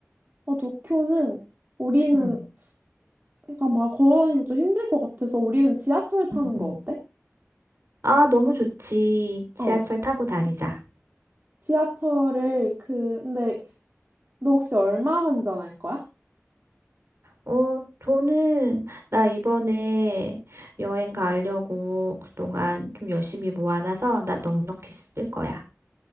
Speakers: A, on the right (about 40°); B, on the right (about 60°).
A: 어, 도쿄는 우리는
B: 응,
A: 그러니까 막 걸어다니면 좀 힘들 것 같아서 우리는 지하철 타는
B: 응, 응.
A: 거 어때?
B: 아, 너무 좋지. 지하철
A: 어,
B: 타고 다니자.
A: 지하철을 그 근데 너 혹시 얼마 환전할 거야?
B: 어, 돈은 나 이번에 여행 가려고 그동안 좀 열심히 모아놔서 나 넉넉히 쓸 거야.